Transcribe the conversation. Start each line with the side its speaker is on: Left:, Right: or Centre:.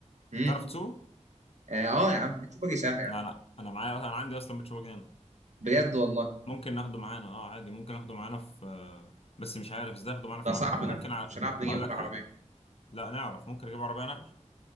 Right: امم
Left: انت بتعرف تسوق
Right: اه آه يا عم بيتش باجي سهل يا
Left: لا
Right: عم
Left: لا انا معايا انا عندي اصلا بيتش باجي هنا
Right: بجد والله
Left: ممكن ناخده معانا اه عادي ممكن ناخده معانا في آه، بس مش عارف ازاي ناخده معانا
Right: ده
Left: في العربيه
Right: صعب
Left: ممكن
Right: ده
Left: ع...
Right: مش هنعرف نجيبه
Left: هقول
Right: في
Left: لك
Right: العربيه
Left: حاجه لا نعرف ممكن نجيب عربيه نقل